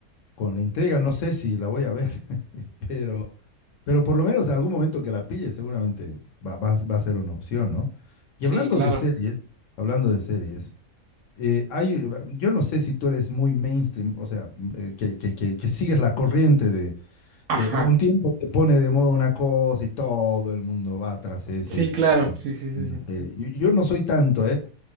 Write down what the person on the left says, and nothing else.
con la intriga, no sé si la voy a ver, <laughs> pero Pero por lo menos en algún momento que la pille, seguramente va, va a va a ser una opción, ¿no? Y
hablando
de series, hablando de series, eh, hay, eh, yo no sé si tú eres muy mainstream, o sea, mm, eh, que, que, que, que sigues la corriente de,
de un tiempo te pone de moda una cosa y todo el mundo va tras eso
y,
y-
y,
eh, yo yo no soy tanto, ¿eh?